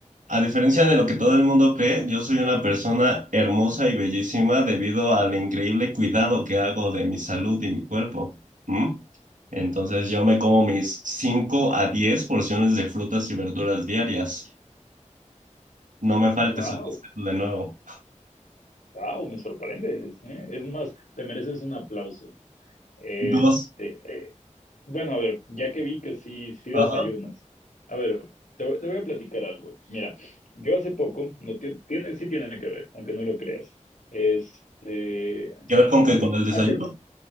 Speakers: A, on the right (about 85°); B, on the left (about 80°).
A: a diferencia de lo que todo el mundo cree, yo soy una persona hermosa y bellísima debido al increíble cuidado que hago de mi salud y mi cuerpo. ¿Mm? Entonces, yo me como mis 5 a 10 porciones de frutas y verduras diarias. No me faltes
B: Wow,
A: el respeto de nuevo.
B: wow, me sorprendes, ¿eh? Es más, te mereces un aplauso. Este,
A: Dos.
B: eh, bueno, a ver, ya que vi que sí, sí desayunas.
A: Ajá.
B: A ver, te, voy te voy a platicar algo. Mira, yo hace poco, no tie- tiene, sí tiene que ver, aunque no lo creas. Este,
A: ¿Qué ver con que
B: ha-
A: con el desayuno?
B: hace,